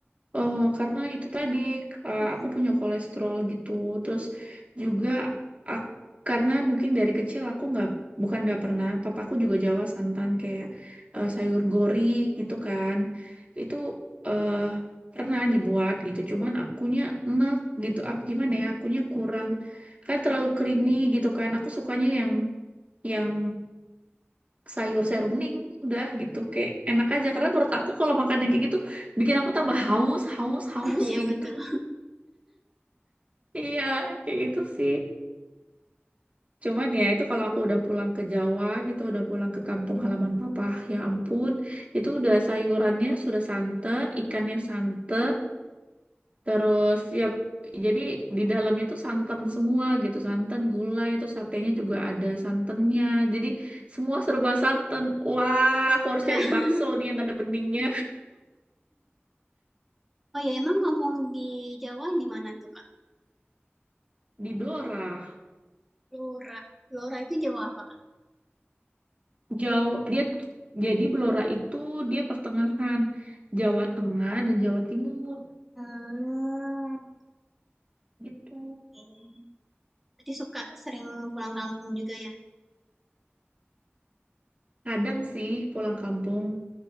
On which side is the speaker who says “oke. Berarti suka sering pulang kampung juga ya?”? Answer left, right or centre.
Centre